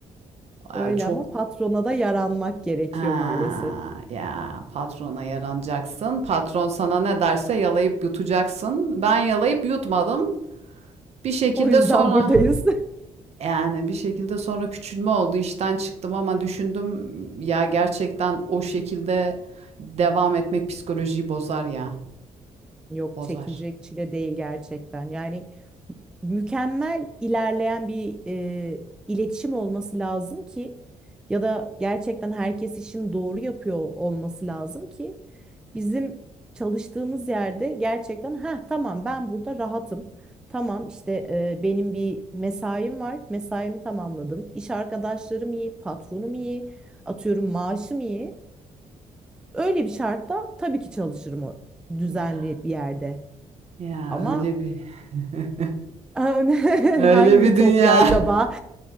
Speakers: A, on the right (about 55°); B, in the centre.
A: Ay,
B: Öyle
A: çok
B: ama patrona da yaranmak gerekiyor
A: Ha,
B: maalesef.
A: ya patrona yaranacaksın. Patron sana ne derse yalayıp yutacaksın. Ben yalayıp yutmadım. Bir şekilde
B: O yüzden
A: sonra
B: buradayız. <laughs>
A: yani bir şekilde sonra küçülme oldu. işten çıktım ama düşündüm ya gerçekten o şekilde devam etmek psikolojiyi bozar ya.
B: Yok
A: Bozar.
B: çekilecek çile değil gerçekten. Yani mükemmel ilerleyen bir e, iletişim olması lazım ki ya da gerçekten herkes işini doğru yapıyor olması lazım ki bizim çalıştığımız yerde gerçekten ha tamam ben burada rahatım. Tamam işte e, benim bir mesaim var. Mesaimi tamamladım. İş arkadaşlarım iyi, patronum iyi, atıyorum maaşım iyi. Öyle bir şartta tabii ki çalışırım o düzenli
A: Ya,
B: bir yerde.
A: ya
B: Ama
A: öyle bir <laughs>
B: <laughs>
A: öyle
B: hangi
A: bir
B: ütopya
A: dünya.
B: acaba
A: <laughs>